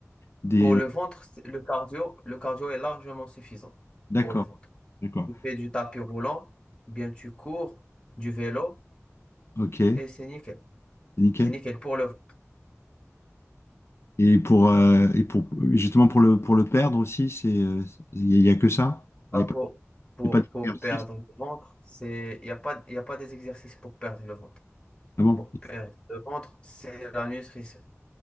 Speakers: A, on the left (about 55°); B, on the left (about 15°).
A: des...
B: pour le
A: euh,
B: ventre, c'est- le cardio, le cardio est largement suffisant
A: D'accord.
B: pour le ventre.
A: D'accord.
B: Tu fais du tapis roulant, bien tu cours, du vélo
A: Ok.
B: et c'est nickel.
A: Nickel.
B: C'est nickel pour le ventre.
A: Et pour, euh, et pour justement pour le, pour le perdre aussi, c'est, euh, il n'y a que ça?
B: Ah,
A: Il y a
B: pour,
A: pas
B: pour,
A: Et pas d'exercice.
B: pour perdre le ventre, c'est, il n'y a pas, il a pas des exercices pour perdre le ventre.
A: Ah bon?
B: Pour perdre le ventre, c'est la nutrition.